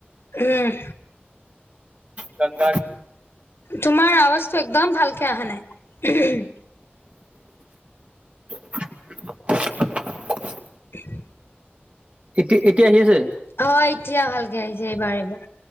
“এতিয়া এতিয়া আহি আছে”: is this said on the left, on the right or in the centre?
Right